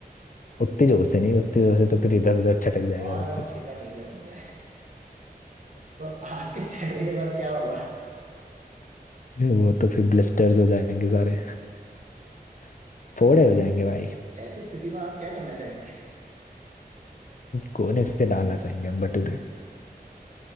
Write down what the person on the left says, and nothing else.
उतनी जोर से नहीं उतनी जोर से तो फिर इधर उधर छटक जाएगा
सब कुछ
ये वो तो फिर ब्लिस्टर्स हो जाएंगे सारे <laughs> फोड़े हो जाएंगे भाई
कोने से डालना चाहेंगे हम भटूरे